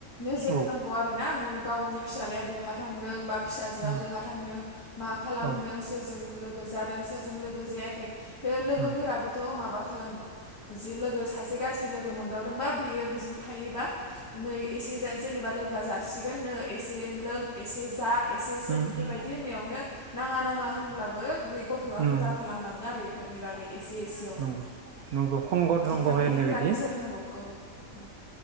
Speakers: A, on the left; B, on the right.
A: नोजोर
B: औ
A: होनांगौ आरो ना नों गावनि फिसाज्लाया बहा थांदों बा फिसाजोआ
B: उम
A: बहा थांदों मा खालामदों
B: औ
A: सोरजों लोगो जादों ज लोगो जायाखै बे लोगोफोराबोथ'
B: उम
A: माबा खालामो जि लोगो सासे गाज्रि लोगो मोनदावदोंबा बेयो बेजों थायोबा नै एसे जेनेबा लोगोआ जासि थिगोन नो एसे लों एसे जा एसे सोब
B: उम
A: बेफोरबायदि
B: उम
A: होननायावनो नाङा नाङा होनब्लाबो बे गथ'आ
B: उम
A: हुदा खालामलाङो आरो बेफोरनि बागै एसे एसेयावनो
B: नंगौ नंगौ संगद
A: दिथागिरिफोरा
B: रंग हो होननाय बायदि
A: नोजोर होनांगौ औ औ